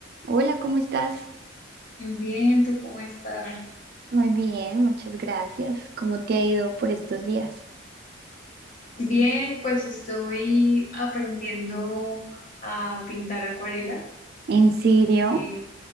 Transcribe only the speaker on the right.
Hola, ¿cómo estás?
Muy bien, muchas gracias. ¿Cómo te ha ido por estos días?
¿En serio?